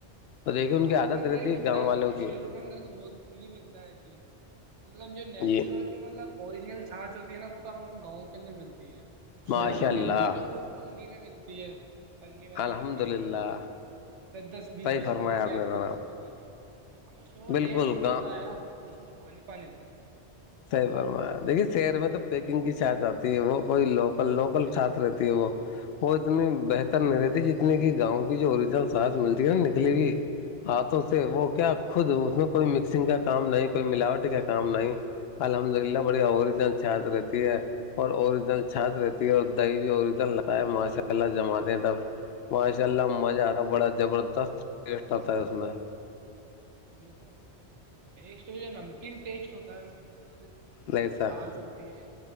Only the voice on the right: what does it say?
گاؤں
کے اندر
ہی ملتا
آپ
کو
شہروں اندر تو وہت نہیں ملتا ہے چیز مطلب جو نیچورل-
جو مطلب اوریجنل چھچ ہوتی ہے نا وہ تو اپنے گاؤں کے اندر ملتی ہے شہروں
کے اندر تو وہ- پنی میں ملتی ہے پنی والی
آتی ہے
وہ- دس- دس بیس-
بیس
روپئے کی
آتی
ہے پنے والی- اب اس میں وہ
ٹیسٹ تھوڑی
ہوتا ہے ار اس میں تو پانی- پانی ہوتا ہے-
ہے۔
جی
جی
جی
بالک ٹیسٹ جو نمکین ٹیسٹ ہوتا ہے اس کے اندر جو-
چھاچ ہوتی ہے